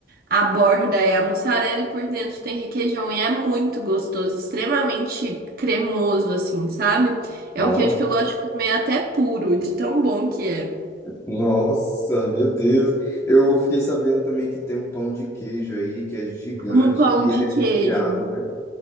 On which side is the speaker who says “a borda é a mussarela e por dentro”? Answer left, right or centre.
Right